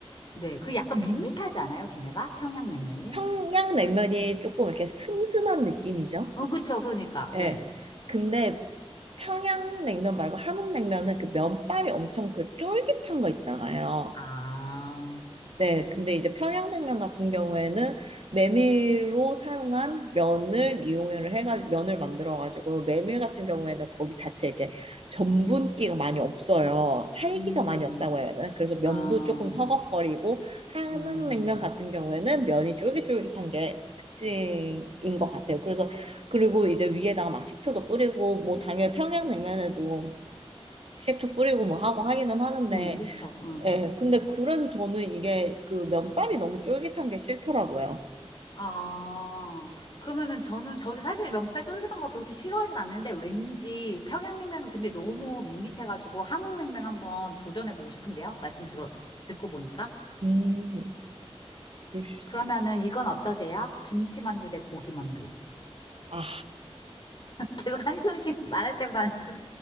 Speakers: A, on the left (about 45°); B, on the right (about 65°).
A: 네. 그게 약간 밋밋하지 않아요? 걔네가? 평양냉면이?
B: 평양냉면이 조금 이렇게 슴슴한 느낌이죠.
A: 어, 그쵸. 그러니까. 네.
B: 예. 근데 평양냉면 말고 함흥냉면은 그 면발이 엄청 그 쫄깃한 거 있잖아요.
A: 아,
B: 네, 근데 이제 평양냉면 같은 경우에는 메밀로 사용한 면을 이용을 해가지고 면을 만들어가지고 메밀 같은 경우에는 거기 자체 이렇게 전분기가 많이 없어요. 찰기가
A: 음,
B: 많이 없다고 해야 되나? 그래서 면도
A: 아,
B: 조금 서걱거리고 한흥냉면
A: 음,
B: 같은 경우에는 면이 쫄깃쫄깃한 게 특징인 것 같아요. 그래서 그리고 이제 위에다가 막 식초도 뿌리고 뭐 당연히 평양냉면에도 식초 뿌리고 뭐 하고 하기는 하는데
A: 음, 그쵸. 음.
B: 예, 근데 그래서 저는 이게 그 면발이 너무 쫄깃한 게 싫더라고요.
A: 아, 그러면은 저는, 저도 사실 면발 쫄깃한 거 그렇게 싫어하진 않는데 왠지 평양냉면은 근데 너무 밋밋해가지고 함흥냉면 한번 도전해보고 싶은데요? 말씀 들어, 듣고 보니까.
B: 음, 그러실 수
A: 그러면은
B: 있죠.
A: 이건 어떠세요? 김치만두 대 고기만두.
B: 아,
A: 계속 한숨씩 <laughs> 말할 때마다 한숨